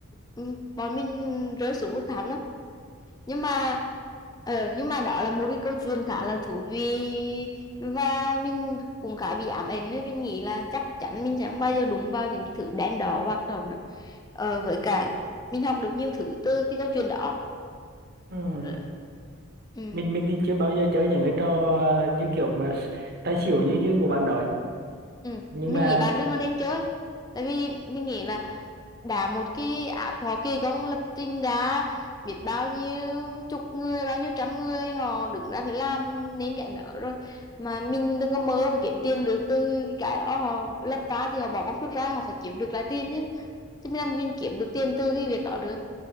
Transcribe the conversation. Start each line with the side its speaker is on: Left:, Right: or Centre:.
Left: ừm, bọn mình rơi xuống vực thẳm lắm nhưng mà ờ nhưng mà đó là một cái câu chuyện khá là thú vị và mình cũng khá bị ám ảnh nên mình nghĩ là chắc chắn mình sẽ không bao giờ đụng vào những cái thứ đen đỏ hoặc đó nữa ờ, với cả mình học được nhiều thứ từ cái câu chuyện đó
Right: Ừ.
Left: Ờ, ừ.
Right: Mình mình thì chưa bao giờ chơi những cái trò à, như kiểu mà s- tài xỉu như như của bạn nói.
Left: Ừ.
Right: Nhưng
Left: Mình
Right: mà
Left: nghĩ bạn đừng có nên chơi tại vì mình nghĩ là đã một cái app họ kỳ công lập trình đã biết bao nhiêu chục người bao nhiêu trăm người họ đứng ra để làm nên cái nợ rồi mà mình đừng có mơ mà kiếm tiền được từ cái cái đó họ lập ra thì họ bỏ công sức ra họ phải kiếm được lại tiền chứ chứ mình làm mình kiếm được tiền từ cái việc đó được